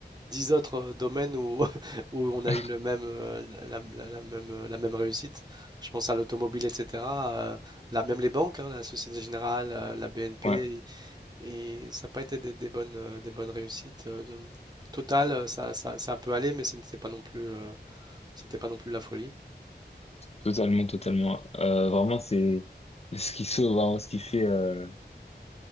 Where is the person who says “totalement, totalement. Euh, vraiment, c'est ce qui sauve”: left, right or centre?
Left